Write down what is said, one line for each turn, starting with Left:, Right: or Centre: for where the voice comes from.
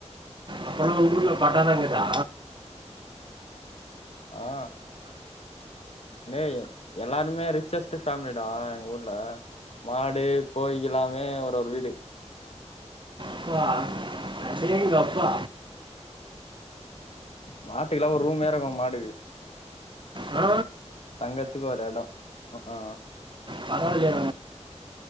Right: அப்போனா உங்க ஊர்ல கொட்டா தாங்கதா
Left: அ அ அ டேய் எல்லாருமே ரிச்சஸ்ட் ஃபேமிலிடா எங்க ஊர்ல மாடு கோழிக் எல்லாமே ஒரு ஒரு வீடு
Right: ப்பா அடேங்கப்பா
Left: மாட்டுக்கல்லா ஒரு ரூம் வேற இருக்கு மாடுக்கு
Right: அ
Left: தங்கர்த்துக்கு ஒரு எடோ அ அ
Right: பரவால்லியே